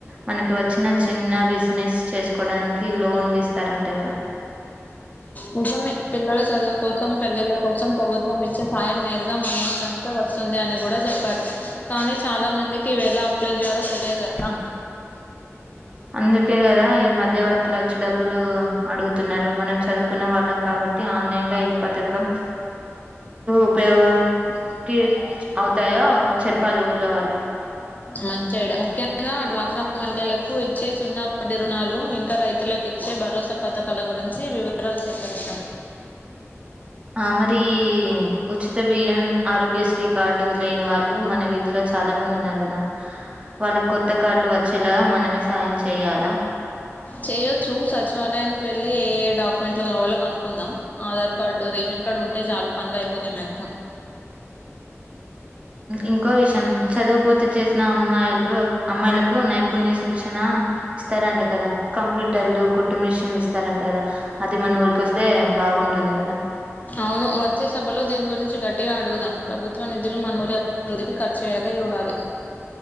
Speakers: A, on the right; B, on the left.
A: మనకి వచ్చిన చిన్న బిస్ నెస్ చేసుకోవడానికి లోన్లు ఇస్తారంట కదా
B: నిజంమె పిల్లల చదువు కోసం పెళ్ళిళ్ల కోసం ప్రభుత్వం ఇచ్చే సాయం నేరుగా మౌనోగక వస్తుంది అని కూడా చెప్పారు కానీ చాలా మందికి ఇవ ఎలా అప్లై చేయాలో తెలియదు కదా
A: అందుకె గదా ఈ మధ్య మధ్యవర్తులు వచ్చి డబ్బులు అడుగుతున్నారు మనం చదువుకున్న వాళ్ళం కాబట్టి ఆన్లైన్ లో ఏ పథక కం ఉపయోగం కీ అవు తాయో చెప్పాలి ఊర్లో వాళ్ళకి
B: మంచోడ ముఖ్యంగా డ్వాక్రా మహిళలకు ఇచ్చే సున్నా వడ్డి రుణాలు ఇంకా రైతులకు ఇచ్చే భరోసా పథకాల గురించి వివరాలు సేకరిద్దాం.
A: ఆ మరి ఉచిత బియ్యం, ఆరోగ్యశ్రీ కార్డు లేని వాళ్ళు మన వీధిలో చాలా మంది ఉన్నారు. కదా వాళ్ళకి కొత్త కార్డులు వచ్చేలాగా మనమే సాయం చే చేయాలా
B: చేయొచ్చు సచివాలయానికి వెళ్ళి ఏ ఏ డాక్యుమెంట్లు కావాలో కనుకుందాం. ఆధార్ కార్డు రేషన్ కార్డు ఉంటే చాలా పనులు అయిపోతాయి. మ్యాక్సిమం
A: ఇంకో విషయం చదువు పూర్తి చేసిన అమ్మాయిలు అమ్మాయిలకు నై పుణ్య శిక్షణ ఇస్తారంటే కదా కంప్యూటర్లు కు కుట్టుమిషిన్లు ఇస్తారంట కదా అది మన ఊరికి వస్తే బాగుంటుంది కదా
B: అవును వచ్చే సభలో దీని గురించి గట్టిగా అడుగుదాం. ప్రభుత్వ నిధులు మన ఊరి అభివృద్ధికి ఖర్చుయ్యేలా చూడాలి.